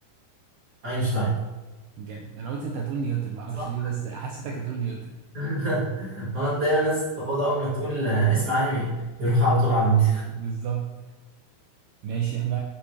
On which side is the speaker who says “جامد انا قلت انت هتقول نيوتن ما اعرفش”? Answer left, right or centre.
Right